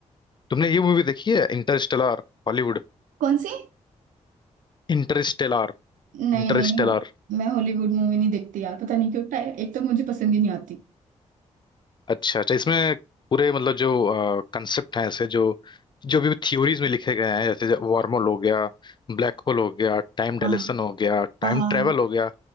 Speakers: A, on the left; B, on the right.
A: तुमने ये मूवी देखी है इंटरस्टेलर हॉलीवुड
B: कौन सी
A: इंटरस्टेलर
B: नहीं
A: इंटरस्टेलर
B: नहीं नहीं मैं हॉलीवुड मूवी नहीं देखती यार पता नहीं क्यों टाइ- एक तो मुझे पसंद ही नहीं आती
A: अच्छा अच्छा इसमें पूरे मतलब जो कंसेप्ट हैं ऐसे जो जो भी थ्योरीज में लिखे गए हैं जैसे वार्म होल हो गया ब्लैक होल हो गया टाइम डायलेशन
B: हाँ
A: हो गया टाइम
B: हाँ हाँ
A: ट्रेवल हो गया